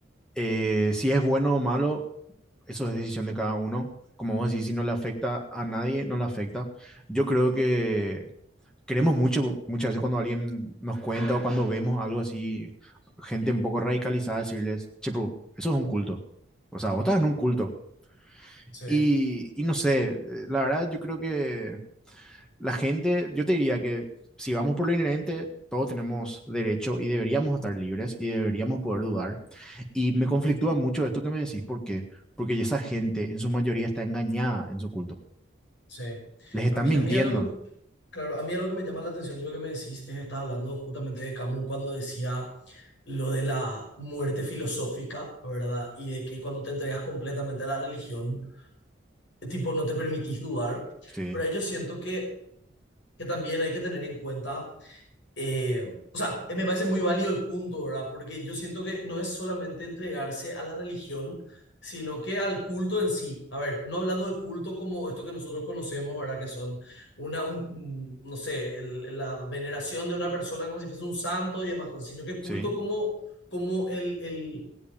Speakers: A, in the centre; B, on the left (about 65°).
A: Eh, si es bueno o malo, eso es decisión de cada uno. Como vos decís, si no le afecta a nadie, no le afecta. Yo creo que queremos mucho, muchas veces cuando alguien nos cuenta o cuando vemos algo así, gente un poco radicalizada, decirles, che, pero eso es un culto. O sea, vos estás en un culto.
B: sí,
A: Y, y no sé, eh, la verdad yo creo que la gente, yo te diría que si vamos por lo inherente, todos tenemos derecho y deberíamos estar libres y deberíamos poder dudar. Y me conflictúa mucho esto que me decís, ¿por qué? Porque esa gente en su mayoría está engañada en su culto.
B: sí.
A: Les están
B: A mí,
A: mintiendo.
B: a mí es lo que, claro, a mí es lo que me llama la atención y lo que me decís es, estaba hablando justamente de Camus cuando decía lo de la muerte filosófica, ¿verdad? Y de que cuando te entregas completamente a la religión, tipo, no te permitís dudar,
A: Sí,
B: pero ahí yo siento que, que también hay que tener en cuenta, eh, o sea, eh, me parece muy válido el punto, ¿verdad? Porque yo siento que no es solamente entregarse a la religión, sino que al culto en sí. A ver, no hablando de culto como esto que nosotros conocemos, ¿verdad? Que son una, un- un- no sé, el- la veneración de una persona como si fuese un santo y demás cosas, sino que culto
A: sí,
B: como, como el, el